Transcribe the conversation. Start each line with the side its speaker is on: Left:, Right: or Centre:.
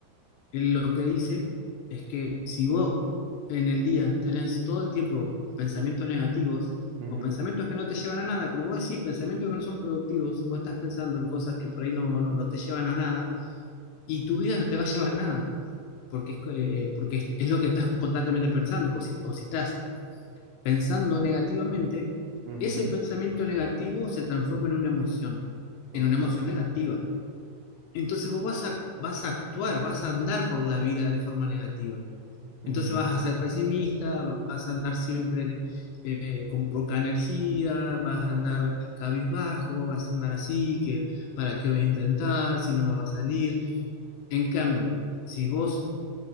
Left: él lo que dice es que si vos en el día tenés todo el tiempo pensamientos negativos
Right: ujú,
Left: o pensamientos que no te llevan a nada, como vos decís, pensamientos que no son productivos, si vos estás pensando en cosas que por ahí no no- no te llevan a nada, y tu vida no te va a llevar nada, porque es, que, eh, porque es, es lo que estás constantemente pensando, o si, o si estás pensando negativamente,
Right: ujú,
Left: ese pensamiento negativo se transforma en una emoción,
Right: Ok.
Left: en una emoción negativa. Entonces vos vas a, vas a actuar, vas a andar por la vida de forma negativa.
Right: ujú.
Left: Entonces vas a ser pesimista, vas a andar siempre eh, con poca energía, vas a andar cabizbajo, vas a andar así, que para qué voy a intentar, si no me va a salir. En cambio, si vos